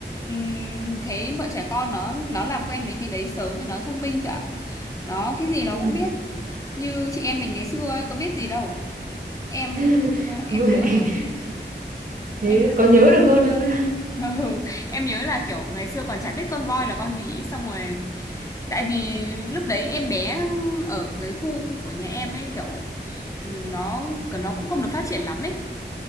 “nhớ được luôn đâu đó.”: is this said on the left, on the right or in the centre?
Right